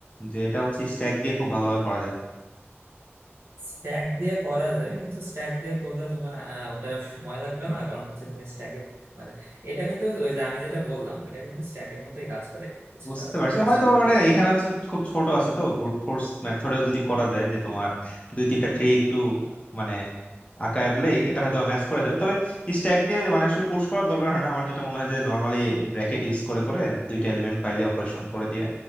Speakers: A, on the left; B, on the right.
A: যে এটা হচ্ছে স্ট্যাক দিয়ে খুব ভালোভাবে করা যায়
B: স্ট্যাক দিয়ে করা যায় কিন্তু স্ট্যাক দিয়ে করলে তোমার আহ, ওটা সময় লাগবে না কারণ হচ্ছে তুমি স্ট্যাকে মানে এটা কিন্তু ওই যে আমি যেটা বললাম ওইটা কিন্তু স্ট্যাকের মতোই কাজ করে কিছুটা
A: বুঝতে
B: তুমি
A: পারছি
B: হচ্ছে
A: হয়তো
B: যদি
A: মানে এখানে হচ্ছে খুব ছোট আছে তো ব্রুট ফোর্স মেথডেও যদি করা যায় যে তোমার দুই তিনটা ট্রি একটু মানে আঁকালেই এটা হয়তো ম্যাচ করা যাবে তবে স্ট্যাক দিয়ে যে মানে আসলে পুশ করার দরকার হয় না আমার যেটা মনে হয় যে নর্মালি ব্র্যাকেট ইউজ করে করে দুইটা এলিমেন্ট পাইলে অপারেশন করে দিয়ে